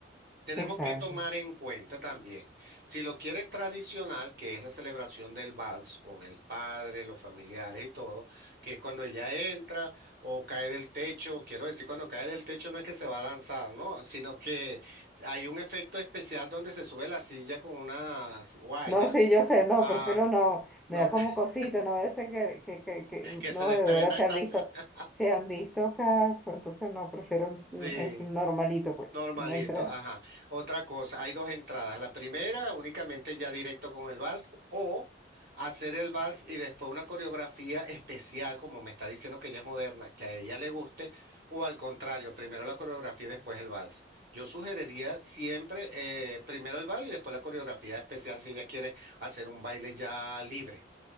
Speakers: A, on the right (about 50°); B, in the centre.
A: Tenemos
B: exacto.
A: que tomar en cuenta también, si lo quiere tradicional, que es la celebración del vals con el padre, los familiares y todo, que es cuando ella entra o cae del techo, quiero decir, cuando cae del techo no es que se va a lanzar, ¿no? Sino que hay un efecto especial donde se sube la silla con unas guayas,
B: No, sí, yo sé, no,
A: ah,
B: prefiero no,
A: no,
B: me da como
A: <laughs>
B: cosita, no vaya a ser que, que, que, que- mm,
A: que
B: no,
A: se desprenda
B: de verdad se
A: esa...
B: han visto,
A: <laughs>
B: se han visto casos, entonces no, prefiero
A: Sí.
B: mm, este normalito, pues,
A: Normalito,
B: una entrada.
A: ajá. Otra cosa, hay dos entradas. La primera, únicamente ya directo con el vals, o hacer el vals y después una coreografía especial, como me está diciendo que ella es moderna, que a ella le guste, o al contrario, primero la coreografía y después el vals. Yo sugeriría siempre eh, primero el vals y después la coreografía especial si ella quiere hacer un baile ya libre.